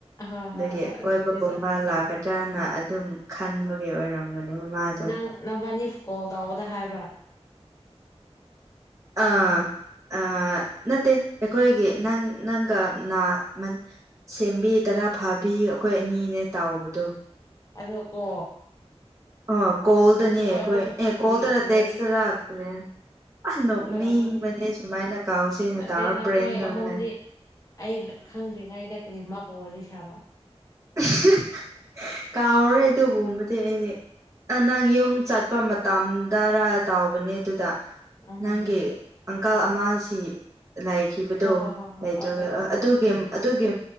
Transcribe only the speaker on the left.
ꯍꯣꯏ
ꯍꯣꯏ ꯍꯣꯏ ꯑꯗꯨꯗꯤ
ꯆꯨꯝꯗꯤ ꯆꯨꯝꯃꯦ
ꯅꯪ ꯅꯕꯥꯅꯤ ꯀꯣꯜ ꯇꯧꯕꯗ ꯍꯥꯏꯕ꯭ꯔꯥ?
ꯅꯪ
ꯑꯗꯣ ꯀꯣ
ꯅꯈꯣꯏ
ꯑꯍꯨꯝꯗꯤ
ꯀꯔꯤ
ꯀꯔꯤ
ꯋꯥꯔꯤ
ꯅꯈꯣꯏ ꯑꯍꯨꯝꯅꯤ
ꯅꯠꯇꯦ
ꯅꯈꯣꯏ
ꯑꯍꯨꯝꯗꯤ
ꯑꯩ ꯈꯪꯗ꯭ꯔꯤꯉꯥꯏꯗ ꯀꯔꯤ ꯃꯥꯕꯨ ꯋꯥꯔꯤ ꯁꯥꯕ꯫
ꯎꯝ
ꯍꯣꯏ ꯍꯣꯏ ꯍꯣꯏ ꯍꯣꯏ
ꯑꯠꯆꯥ ꯑꯠꯆꯥ ꯆꯥ